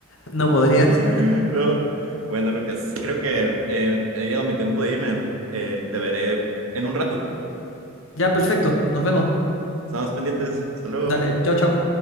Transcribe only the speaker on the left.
No podrías.
Ya, perfecto, nos vemos.
Dale, chao, chao.